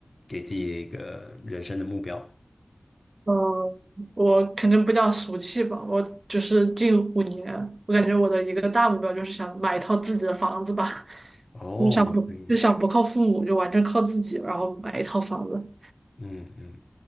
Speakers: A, on the left; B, on the right.
A: 给自己一个人生的目标？
B: 嗯，我肯定不气吧，我就是近五年，我感觉我的一个大目标就是想买一套自己的房子吧，<laughs>
A: 哦，
B: 就想不就想不靠父母，
A: 嗯
B: 就完全靠自己，然后买一套房子。
A: 嗯嗯，